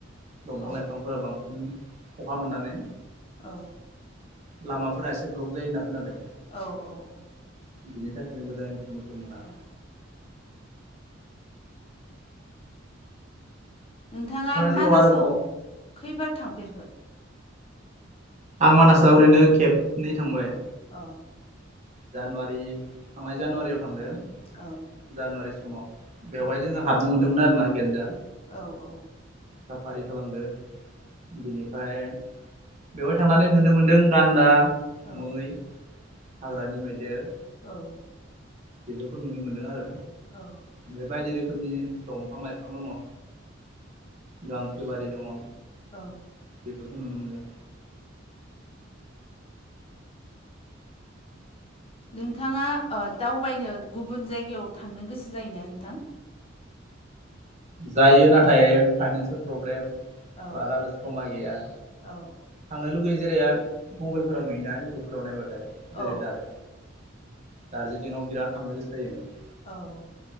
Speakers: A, on the right (about 35°); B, on the left (about 30°).
A: दंफां
B: औ
A: लाइफांफोरा बांसिन अखा मोननानै
B: औ।
A: लामाफोरा एसे ब्लक जायो होन्ना खोनादों।
B: औ औ अ
A: बिनि थाखायनो मोजां इनफरमेसन मोना।
B: औ नोंथाङा
A: जिउआव
B: मानासाव
A: आरोबाव
B: खैबार थांफेरखो?
A: आं मानासाव ओरैनो खबनै थांबाय।
B: अ
A: जानुवारि थांनाय जानुवारियाव थांदों
B: औ
A: जानुवारि समाव बेवहाय
B: औ
A: जोंहा हाबनो मोन्दोंमोन आरो ना गेदजों।
B: औ औ।
A: साफारि खालामदो बिनिफ्राय बेवहाय थांनानै नुनो मोन्दों गान्दा,
B: औ
A: मै, हाग्रानि मैदेर।
B: औ।
A: बेफोरखौ नुनो मोनदों आरो
B: औ।
A: बे बायदि रोखोमनि दंफां लाइफां दङ। गांसो बारि दङ
B: औ
A: बेफोरखौ नुनो मोनदों।
B: नोंथाङा दावबायनो गुबुन जायगायाव थांनो गोसो जायोना नोंथां।
A: जायो नाथाय फाइनानसियेल प्रब्लेम
B: औ
A: बारा रोस खमाय गैया
B: औ
A: थांनो लुै <unintelligible> राया मबाइलफोराव नुयोोना इउटुबफोराव नायबाथाय जेरै
B: औ
A: दादो दार्जिलिंआव बिराद थांनो गोसो जायो।
B: औ